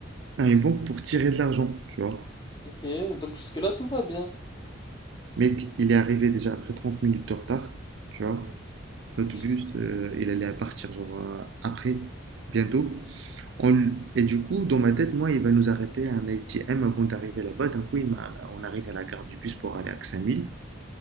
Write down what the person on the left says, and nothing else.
Ok, donc jusque-là, tout va bien.
Putain,